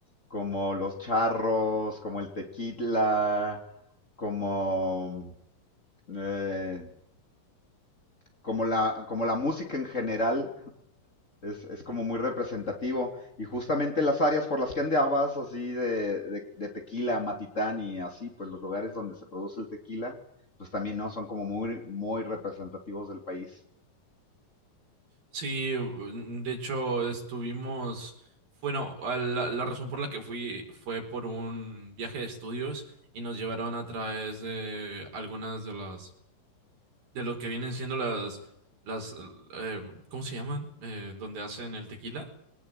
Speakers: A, on the left; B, on the right.
A: como los charros, como el tequila, como, eh, como la, como la música en general <laughs> Es, es como muy representativo. Y justamente las áreas por las que andabas, así de, de, de tequila, matitán y así, pues los lugares donde se produce el tequila, pues también no son como muy, muy representativos del país.
B: Sí, mm, de hecho estuvimos, bueno, a la, la razón por la que fui fue por un viaje de estudios y nos llevaron a través de algunas de las, de lo que vienen siendo las, las, eh, ¿cómo se llaman? Eh, donde hacen el tequila.